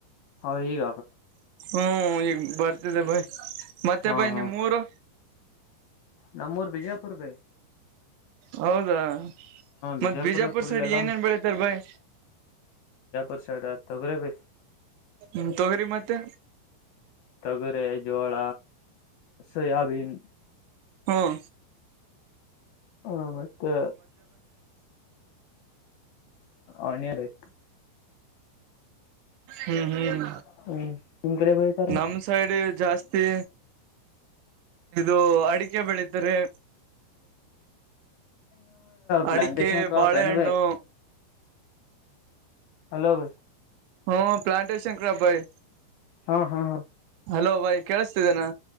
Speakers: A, on the left (about 80°); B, on the right (about 75°).
A: ಹ ಈಗ
B: ಹ್ಮ್ ಈಗ ಬರ್ತಿದೆ ಬೈ ಮತ್ತೆ
A: ಹಾ
B: ಬೈ
A: ಹಾ
B: ನಿಮ್ ಮೂರು
A: ನಮ್ಮೂರ್ ಬಿಜಯಾಪುರ್ ಭ
B: ಹೌದಾ
A: ಬಿಜಾಪುರ್ನ
B: ಮತ್ತ ಬಿಜಾಪುರ್
A: ಫುಲ್
B: ಸೈಡ್
A: ಎಲ್ಲ
B: ಏನೇನ್ ಬೆಳತಾರ ಬಾಯಿ
A: ರ್ ಸೈಡ ತಗರ ಬಸ್
B: ಹ್ಮ ತೊಗರಿ ಮತ್ತೆ
A: ವಗರೆ ಜೋಳ ಸೋಯಬನ್
B: ಹಾಂ
A: ಹ ಮತ್ತೆ ಆನಿಯನ್ ಹತ್ತು
B: ಹ್ಮ್ ಹ್ಮ್
A: ಹ್ಮ್ ನಿಮ್ ಕಡೆ ಬೆಳಿತಾರ
B: ನಮ್ ಸೈಡ್ ಜಾಸ್ತಿ ಇದು ಅಡಿಕೆ ಬೆಳಿತಾರೆ
A: ಪ್ಲಾಂಟೇಶನ್ಪ್ನು
B: ಅಡಿಕೆ ಬಾಳೆಹಣ್ಣು
A: ಭ ಹಲೋ ಬೈ
B: ಹ್ಮ ಪ್ಲಾಂಟೇಶನ್ ಕಬಾಯ
A: ಹಾ ಹಾ ಹಾ
B: ಹಲೋ ಬಾಯ್ ಕೇಳಿಸ್ತಿದ್ದನಾ